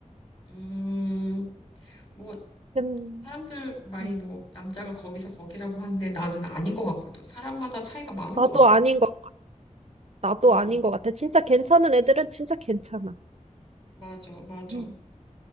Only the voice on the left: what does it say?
음, 뭐
사람들 말이
뭐 남자가 거기서 거기라고 하는데 나는 아닌 것 같거든. 사람마다 차이가 많은
것 같아.
음,
맞아, 맞아.